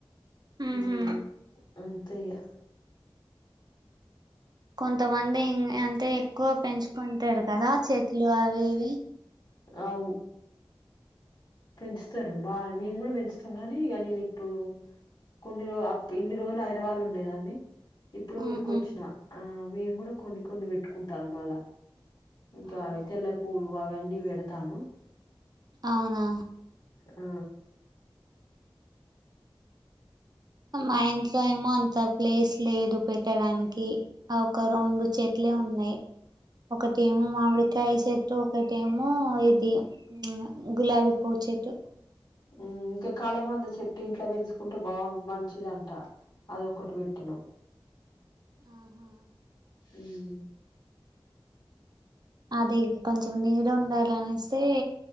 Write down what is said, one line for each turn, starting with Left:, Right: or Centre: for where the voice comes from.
Right: ఉహుమ్
Left: ఊ అంతే ఇగ
Right: కొంతమంది అంటే ఎక్కువ పెంచుకుంటరు కదా చెట్లు అవి ఇవి
Left: అవు పెంచుతరు బాగ మేము కూడా పెంచుతాం గనీ ఇగ నేనిప్పుడు కొన్ని రోజు ఇన్ని రోజులు ఐదరాబాదుళ్ళ ఉండేదాన్ని ఇప్పుడు ఊరుకొచ్చిన
Right: ఉహు
Left: ఆ మేము గుడ కొన్ని కొన్ని వెట్టుకుంటా మళ్ళ ఇంకా
Right: అవునా
Left: అవి తెల్ల పూలు అవన్నీ వెడతానం
Right: అవునా
Left: ఆ
Right: మా ఇంట్లో ఏమో అంత ప్లేస్ లేదు పెట్టడానికి ఆ ఒక రెండు చే ట్లే ఉన్నాయి ఒకటేమో మామిడికాయ చెట్టు ఒకటేమో ఇది ఉ గులాబీ పువ్వు చెట్టు
Left: ఊ ఇంకా కలమంద చెట్టు ఇంట్లో పెంచుకుంటే బాగు మంచిదంట అదొక్కటి పెట్టినం
Right: ఆహా
Left: ఉమ్
Right: అది కొంచెం నీడ ఉండాలనేసే